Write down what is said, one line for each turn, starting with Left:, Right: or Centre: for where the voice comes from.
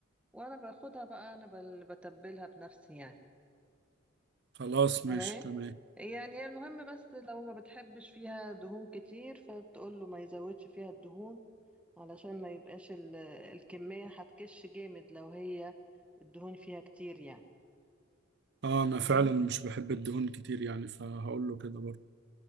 Centre: وأنا باخدها بقى أنا بل- بتبلها بنفسي يعني
Right: خلاص ماشي
Centre: تمام
Right: تمام
Centre: يعني المهم بس لو ما بتحبش فيها دهون كتير فتقول له ما يزودش فيها الدهون علشان ما يبقاش ال... الكمية هتكش جامد لو هي الدهون فيها كتير يعني
Right: اه أنا
Centre: تمام
Right: فعلا مش بحب الدهون كتير يعني فهقول له كده برضه